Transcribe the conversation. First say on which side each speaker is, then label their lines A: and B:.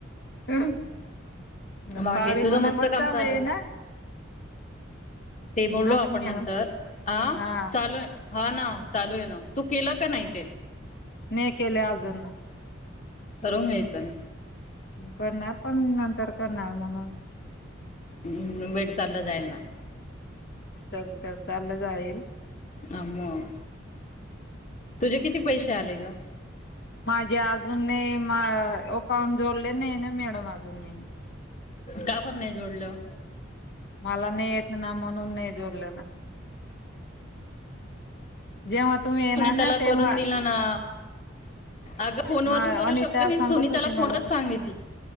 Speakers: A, on the left; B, on the left.
A: हम्. न
B: बाकी
A: पावरी
B: तुझं
A: मध्ये
B: मस्त
A: पण
B: काम
A: झालंय
B: चालू आहे
A: ना
B: ते बोललो
A: ना
B: आपण
A: ग मॅडम
B: नंतर आ
A: हा
B: चालू आहे हा ना चालू आहे ना तू केलं का नाही. ते
A: नाई केले अजून.
B: ठरवून घ्यायचं ना.
A: करणार पण नंतर करणार म्हणून.
B: ह वेट चाललं जाईल ना.
A: च तर चाललं जाईल.
B: अ मग तुझे किती पैसे आले ग
A: माझे अजून नाही अकाउंट जोडले नाही ना मॅडम अजून मी
B: का पण नाही जोडलं
A: मला नाही येत ना म्हणून नाही जोडल ना जेव्हा तुम्ही येणार
B: सुनीताला
A: ना
B: करून
A: तेव्हा
B: दिलं ना अगं फोनवर
A: हा
B: पण करू
A: अनिता
B: शकतो मी
A: सांगत
B: सुनीताला
A: होती मला
B: फोनवरच
A: पण
B: सांगितलं